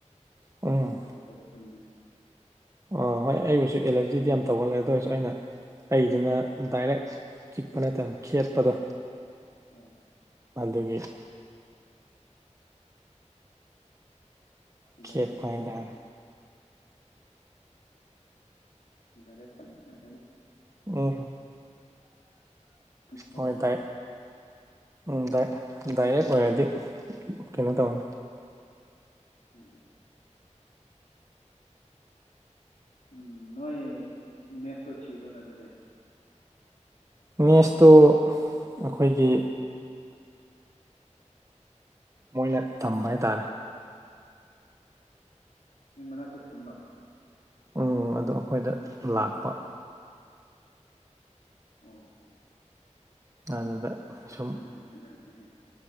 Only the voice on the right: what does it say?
ꯎ
ꯑꯣ ꯍꯣꯏ ꯑꯩꯕꯨꯁꯨ ꯑꯦꯂꯔꯖꯤꯗꯤ ꯌꯥꯝ ꯇꯧꯒꯜꯂꯦ ꯑꯗꯨ ꯑꯣꯏꯔꯁꯨ ꯑꯩꯅ ꯑꯩꯗꯨꯅ ꯗꯥꯏꯔꯦꯛ ꯆꯤꯛꯄꯅꯦ ꯇꯝ ꯈꯦꯠꯄꯗ
ꯑꯗꯒꯤ ꯈꯦꯠꯄ
ꯍꯥꯏꯇꯥꯔꯦ
ꯑꯣ
ꯍꯣꯏ ꯗꯥꯏ ꯎꯝ ꯗꯥ ꯗꯥꯏꯔꯦꯛ ꯑꯣꯏꯔꯗꯤ
ꯀꯩꯅꯣ ꯇꯧꯅꯤ
ꯅꯦꯁꯇꯨ ꯑꯩꯈꯣꯏꯒꯤ ꯃꯣꯏꯅ ꯊꯝꯕ ꯍꯥꯏꯇꯥꯔꯦ
ꯎꯝ ꯑꯗꯣ ꯑꯩꯈꯣꯏꯗ ꯂꯥꯛꯄ
ꯑꯗꯨꯗ ꯁꯨꯝ